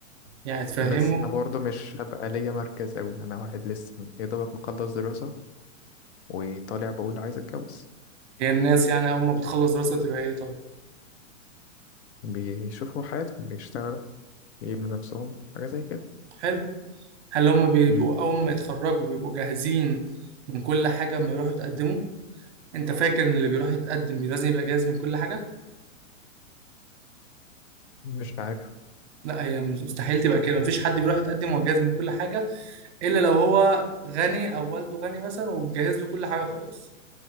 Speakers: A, on the right; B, on the left.
A: يعني تفهمه
B: بس أنا برضه مش هبقى ليا مركز أوي أنا واحد لسه يا دوبك مخلص دراسة وطالع بقول عايز أتجوز
A: هي الناس يعني أول ما بتخلص دراسة بتبقى إيه طيب
B: بيشوفوا حياتهم بيشتغلوا يبنوا نفسهم حاجة زي كده
A: حلو هل هم بيبقوا
B: أمم،
A: أول ما يتخرجوا بيبقوا جاهزين من كل حاجة أما يروحوا يتقدموا أنت فاكر إن اللي بيروح يتقدم بي- لازم يبقى جاهز من كل حاجة
B: مش عارف
A: لا هي مستحيل تبقى كده مفيش حد بيروح يتقدم وهو جاهز من كل حاجة إلا لو هو غني أو والده غني مثلا ومجهز له كل حاجة خلاص